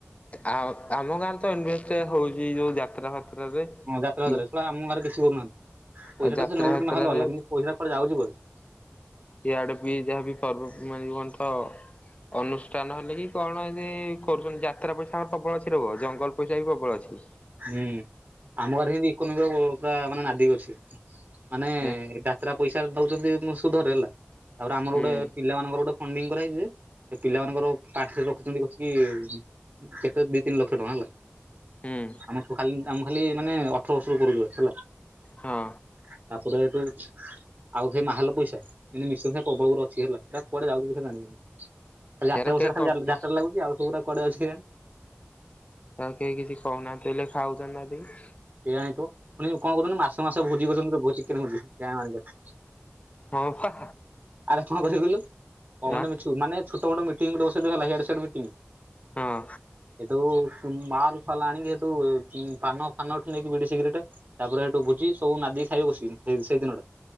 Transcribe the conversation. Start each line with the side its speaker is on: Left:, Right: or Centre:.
Left: ଆ ଆମ ଗାଁରେ ତ ଇନଭେଷ୍ଟ ହଉଚି ଯୋଉ ଯାତ୍ରା ଫାତ୍ରାରେ।
Right: ହଁ ଯାତ୍ରା
Left: କି
Right: କତିରେ ସଳା ଆମ ଗାଁରେ କିଛି କରୁ ନାହାନ୍ତି
Left: ଆଉ
Right: ପଇସାଟା
Left: ଯାତ୍ରା
Right: ସେ ନଉଜିତି
Left: ଫାତ୍ରାରେ
Right: ମହାଲ ବାଲା କିନ୍ତୁ ପଇସାଟା କୁଆଡେ ଜାଉଛି କୁଆଡେ।
Left: ଇଆଡେ ବି ଯାହାବି ପର୍ବ ମାନେ କନ ତ। ଅନୁଷ୍ଠାନ ହେଲେ କି କଣ ଇନ୍ଦି କରୁଛନ୍ତି ଯାତ୍ରା ପଇସା ଆମର ପ୍ରବଳ ଅଛି ରୁହ ଜଙ୍ଗଲ ପଇସା ବି ପ୍ରବଳ ଅଛି।
Right: ହୁଁ ଆମ ଘରେ ହିନ୍ଦି ଇକୋନୋମି ର ପୁରା ମାନେ ନାଦିକି ଅଛ। ମାନେ-ଏ
Left: ହେ
Right: ଡାକରା ପଇସାରେ ନଉଛନ୍ତି ସୁଧରେ ହେଲା, ଆଉ ଆମର
Left: ହୁଁ
Right: ଗୁଡେ ପିଲାମାନାନଙ୍କର ଗୋଟେ ଫଣ୍ଡିଙ୍ଗ୍ କରାହେଇଛି ଯେ, ଏ ପିଲାମାନଙ୍କର ପାଠ୍ ରେ ରଖୁଛନ୍ତି କସିକି କେତେ ଦି, ତିନି ଲକ୍ଷ ଟଙ୍କା ହେଲା।
Left: ହୁଁ
Right: ଆମଠୁ ଖାଲି ଆମ ଖାଲି ମାନେ, ଅଠର ବର୍ଷରୁ ଉପରକୁ ହେଲା।
Left: ହଁ
Right: ତା'ପରେ ହେଟୁ ଆଉ ହେ ମାହାଲ ପଇସା ଯିଁତି, ମିଶ ସା ପ୍ରବଳ କଉଠି ଅଛି ହେଲା, ହେଟାକୁଆଡେ ଯାଉଛି ପଇସା ଜାଣି ହଉନି? ଆଉ ଯାତ୍ରା
Left: ହେରା
Right: ପଇସା
Left: କେହି
Right: ଟା
Left: କମ୍ପି
Right: ଖାଲି ଯା-ଯାତ୍ରାରେ ଲାଗୁଛି, ଆଉ ସବୁୁରା କୁଆଡେ ଯାଉଛି କେଜାଣି?
Left: ତ କେହି କିଛି କହୁନାହାଁନ୍ତି ହେଲେ, ଖାଉଛନ୍ତି ନାଦିକି।
Right: ସେଆ ହେଇଁଥିବ। ପୁଣି କଣ କହୁଛନ୍ତି, ମାସ ମାସ ଭୋଜି କରୁଛନ୍ତିୁ, ଚ ଭୋଜି <unintelligible> ଗାଁ ମାନଙ୍କରେ
Left: ହଁ, ପା।
Right: ଆରେ କଣ କରିବୁ କହିଲୁ? କଣ
Left: ଆଁ
Right: ଟେ ମିଛୁ, ମାନେ ଛୁଟ ମୁଟ ମିଟିଂ ଗୁଟେ ବସେଇ ଦେବେ ହେଲା, ହେଆଡୁ ସେୟାଡୁ ମିଟିଂ
Left: ହଁ
Right: ହେଠୁ କୁନ୍ ମାଲ୍ ଫାଲ୍ ଆଣିକି ତୁ ପାନ ଫାନଠୁ ନେଇକି ବିଡି ସିଗରେଟେ- ତା'ପରେ ହେଇଠୁ ଭୁଜି, ସବୁ ନାଦି ଖାଇବେ କସିକିନି, ହେଇ ସେଇ ଦିନଟା।